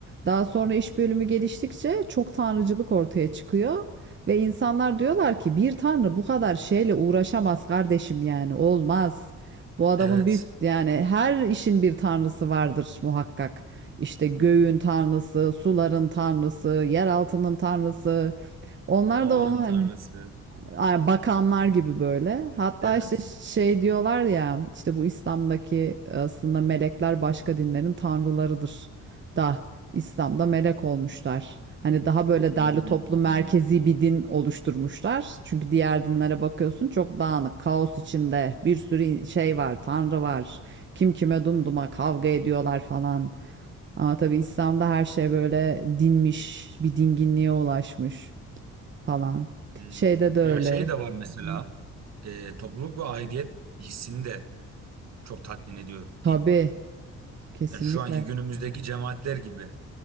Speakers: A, on the right; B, on the right.
A: Daha sonra iş bölümü geliştikçe çok tanrıcılık ortaya çıkıyor ve insanlar diyorlar ki bir tanrı bu kadar şeyle uğraşamaz kardeşim yani olmaz. Bu adamın
B: Evet.
A: bir yani her işin bir tanrısı vardır muhakkak. İşte göğün tanrısı, suların tanrısı, yer altının tanrısı. Onlar
B: Havanın
A: da onu hani
B: tanrısı.
A: Ay, bakanlar gibi böyle. Hatta
B: Evet.
A: işte şey diyorlar ya işte bu İslam'daki e, aslında melekler başka dinlerin tanrılarıdır da İslam'da melek olmuşlar. Hani daha böyle
B: Hmm.
A: derli toplu merkezi bir din oluşturmuşlar. Çünkü diğer dinlere bakıyorsun çok dağınık, kaos içinde bir sürü şey var, tanrı var. Kim kime dumduma kavga ediyorlar falan. Ama tabii İslam'da her şey böyle dinmiş, bir dinginliğe ulaşmış falan.
B: Hmm.
A: Şeyde de öyle.
B: Ya şey de var mesela.
A: Hı hı.
B: E, topluluk ve aidiyet hissini de çok tatmin ediyor
A: Tabii,
B: din.
A: kesinlikle.
B: Yani şu anki günümüzdeki cemaatler gibi.